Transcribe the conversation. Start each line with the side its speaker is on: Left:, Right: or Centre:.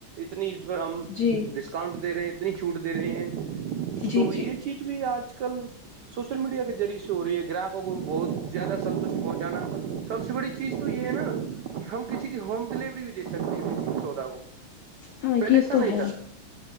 Right: اتنی اس پرہ ہم
Left: جی
Right: ڈسکاؤنٹ دے رہے ہیں اتنی چھوٹ دے رہے ہیں
Left: جی
Right: تو یہ
Left: جی
Right: چیز بھی آج کل سوشل میڈیا کے ذریعے سے ہو رہی ہے گراہکوں کو بہت زیادہ سنتشٹ پہنچانا سب سے بڑی چیز تو یہ ہے نا کہ ہم کسی کی ہوم ڈیلیوری بھیے سکتے ہیں کسی سودا کو
Left: ہاں
Right: پہلے
Left: یہ
Right: ایسا
Left: تو
Right: نہیں
Left: ہے
Right: تھا